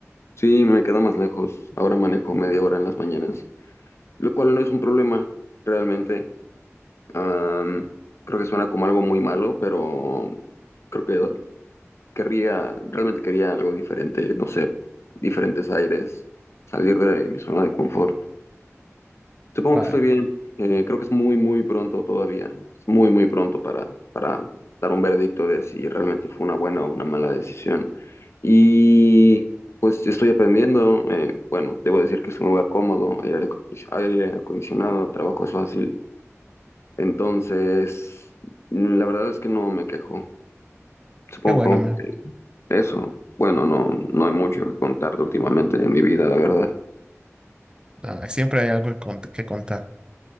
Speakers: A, on the left; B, on the right.
A: Sí, me queda más lejos. Ahora manejo media hora en las mañanas, lo cual no es un problema, realmente. Am, creo que suena como algo muy malo, pero creo que querría, realmente quería algo diferente, no sé, diferentes aires, salir de mi zona de confort. Supongo
B: Vaya,
A: que estoy bien. Eh, creo que es muy, muy pronto todavía. Es muy, muy pronto para, para dar un veredicto de si realmente fue una buena o una mala decisión. Y pues estoy aprendiendo. eh, bueno, debo decir que es un lugar cómodo, hay aire acondicion- aire acondicionado, el trabajo es fácil. Entonces, mm, la verdad es que no me quejo. Supongo
B: qué bueno, man.
A: que eso, bueno, no, no hay mucho que contarte últimamente en mi vida, la verdad.
B: Ah, siempre hay algo que, cont- que contar.